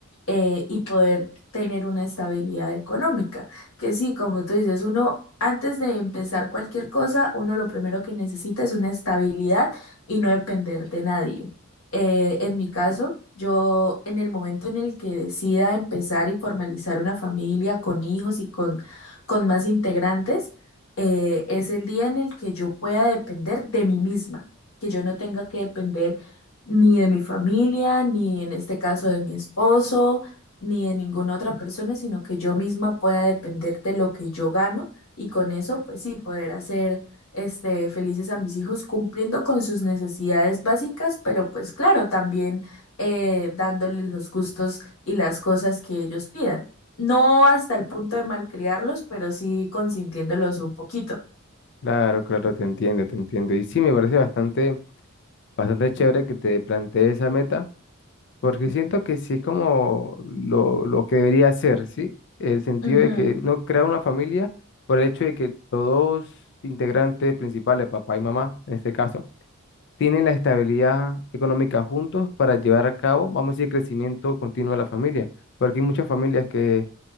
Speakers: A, on the left; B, on the left.
A: eh, y poder tener una estabilidad económica. Que sí, como tú dices, uno antes de empezar cualquier cosa, uno lo primero que necesita es una estabilidad y no depender de nadie. Eh, en mi caso, yo en el momento en el que decida empezar y formalizar una familia con hijos y con con más integrantes, eh, es el día en el que yo pueda depender de mí misma, que yo no tenga que depender ni de mi familia, ni en este caso de mi esposo, ni de ninguna otra persona, sino que yo misma pueda depender de lo que yo gano y con eso, pues sí, poder hacer este, felices a mis hijos cumpliendo con sus necesidades básicas, pero pues claro, también eh, dándoles los gustos y las cosas que ellos pidan. No hasta el punto de malcriarlos, pero sí consintiéndolos un poquito.
B: Claro, claro, te entiendo, te entiendo. Y sí, me parece bastante, bastante chévere que te plantees esa meta, porque siento que sí es como lo, lo que debería hacer, ¿sí? El sentido
A: Ujú,
B: de que no crea una familia por el hecho de que todos integrantes principales, papá y mamá, en este caso, tienen la estabilidad económica juntos para llevar a cabo, vamos a decir, el crecimiento continuo de la familia, porque hay muchas familias que